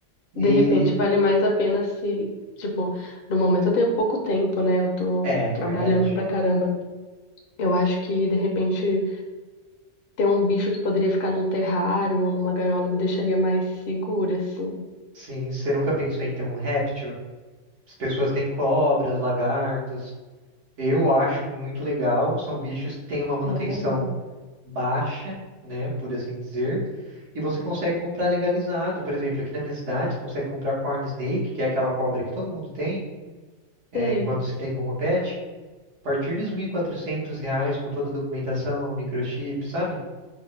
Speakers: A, on the left; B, on the right.
A: de
B: E
A: repente vale mais a pena se, tipo, no momento eu tenho pouco tempo, né? Eu tô
B: é,
A: trabalhando
B: é verdade.
A: pra caramba. Eu acho que de repente ter um bicho que poderia ficar num terrário ou numa gaiola me deixaria mais segura, assim.
B: Sim, você nunca pensou em ter um réptil? As pessoas têm cobras, lagartos. Eu acho muito legal. São bichos que têm uma manutenção
A: Sério?
B: baixa, né, por assim dizer. E você consegue comprar legalizado. Por exemplo, aqui na minha cidade, você consegue comprar corn snake, que é aquela cobra que todo mundo tem, é,
A: Sei.
B: quando se tem como pet. A partir dos 1.400 reais, com toda a documentação, microchip, sabe?